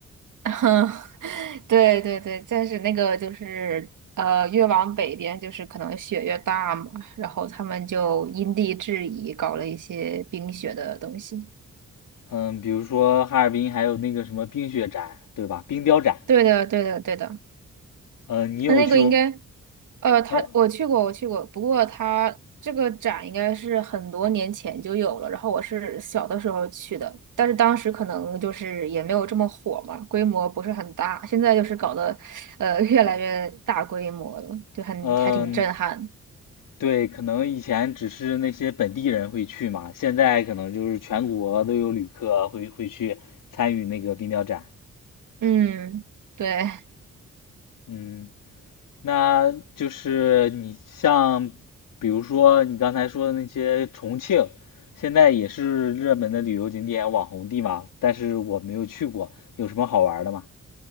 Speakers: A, on the right (about 70°); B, on the left (about 80°).
A: <laughs> 对对对，但是那个就是呃，越往北边就是可能雪越大嘛，然后他们就因地制宜搞了一些冰雪的东西。
B: 嗯，比如说哈尔滨还有那个什么冰雪展对吧？冰雕展。
A: 对的，对的，对的。
B: 呃，你有去
A: 那那个应该，呃，他我去过，
B: 呃
A: 我去过，不过他这个展应该是很多年前就有了，然后我是小的时候去的，但是当时可能就是也没有这么火嘛，规模不是很大，现在就是搞得，呃，越来越大规模了，就很还挺震撼。
B: 嗯、对，可能以前只是那些本地人会去嘛，现在可能就是全国都有旅客会会去参与那个冰雕展。
A: 嗯，对。
B: 嗯，那就是你像，比如说你刚才说的那些重庆，现在也是热门的旅游景点、网红地嘛，但是我没有去过，有什么好玩的吗？